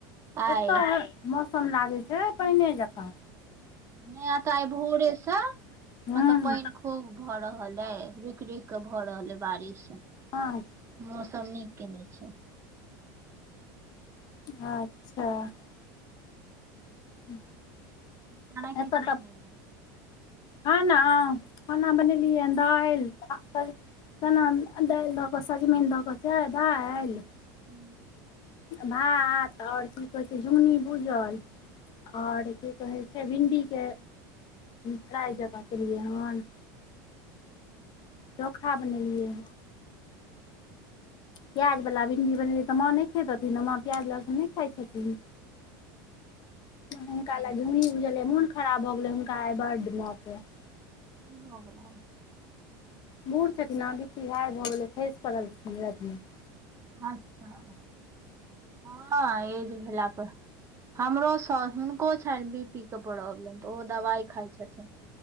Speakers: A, on the right; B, on the left.
A: आय।
B: एतय मौसम लागै छै पैने जकाँ।
A: नया कार भोरे सँ
B: हूँ
A: मतलब पैनख। खूब भऽ रहल अय रुइक रुइक के भऽ रहल अइ बारिश।
B: हँ
A: मौसम नीक कने छैई।
B: अच्छा- - <unintelligible>
A: खेनाई
B: एतऽ
A: की सब
B: तऽ
A: बनेलहु
B: खाना खाना बनेलियै दाइल -- सज चना दाइल दऽ कऽ सजमनि दऽ कऽ छैइ दाइल- -
A: हू
B: भात आउर कि कहै छै झुगन्नी भूझल। आउर की कहै छै भिणडी के फ्राइ जक्का केलियै हन
A: <inaudible>
B: चोखा बनेलियै यै। प्याज बला भिण्डी बनेलै तऽ माँ नई खेैथथिन माँ प्याज लहसुन नेइ खाइ छथिन। हुनका
A: ताहि दुआरे
B: ला छुमनी भूजलीये मुनख- - खराब भो गेलै हुनका आय बड मां के- -
A: हो गेलय
B: बूढ़ छथिन न बीपी हाय भऽ गेलै खईस पड़लखीन राईत में --
A: अच्छा हँ एज भेलला पर- - हमरो सॉस हुनको छनि बी पी के प्रॉब्लम तऽ ओ दवाइ खाइ छथिन।